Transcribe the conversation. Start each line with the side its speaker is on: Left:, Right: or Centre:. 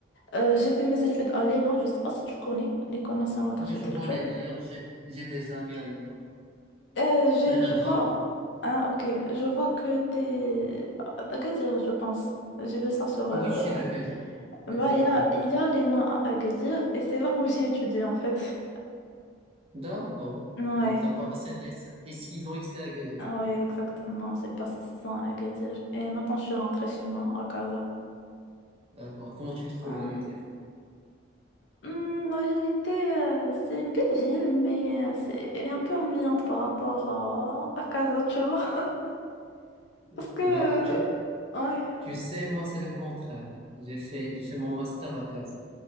Left: Euh, j'ai fait mes études à l'ENA, je ne sais pas si tu connais, l'École nationale d'architecture.
Right: Oui, je connais d'ailleurs, j'ai j'ai des amis à Lena.
Left: Euh, j'ai-
Right: Lena
Left: je
Right: Draba.
Left: vois. Ah, ok. Je vois que t'es à Agadir, je pense. J'ai vu ça sur.
Right: Ah
Left: euh,
Right: Oui, je suis de Gadir.
Left: Bah,
Right: Exactement.
Left: il y a, il y a Lena à Agadir et c'est là où j'ai étudié en fait.
Right: D'accord.
Left: Ouais,
Right: Donc, tu as passé tes, tes six ans ici à Gadir.
Left: Ah ouais, exactement. J'ai passé six ans à Agadir et maintenant je suis rentrée chez moi à Casa.
Right: D'accord. Comment tu te trouves
Left: Ouais.
Right: à Gadir?
Left: Hmm, la vérité, euh, c'est une belle ville, mais euh, c'est, elle est un peu ennuyante par rapport à, à Casa, tu vois. <laughs> Parce
Right: Euh,
Left: que.
Right: Bah, tu,
Left: Ouais.
Right: tu sais, moi, c'est le contraire. J'ai fait, j'ai fait mon master à Casa.